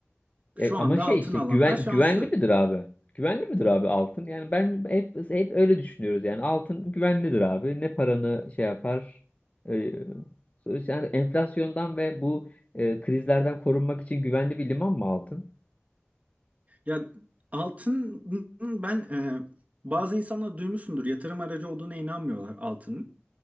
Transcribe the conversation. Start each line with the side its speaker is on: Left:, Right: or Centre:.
Left: E,
Right: Şu anda
Left: ama şey
Right: altın
Left: işte
Right: alanlar
Left: güven
Right: şanslı.
Left: güvenli midir abi? Güvenli midir abi altın? Yani ben hep hep öyle düşünüyoruz yani altın güvenlidir abi. Ne paranı şey yapar? E, sonuçta yani enflasyondan ve bu e, krizlerden korunmak için güvenli bir liman mı altın?
Right: Ya altın ben e, bazı insanlar duymuşsundur yatırım aracı olduğuna inanmıyorlar altının.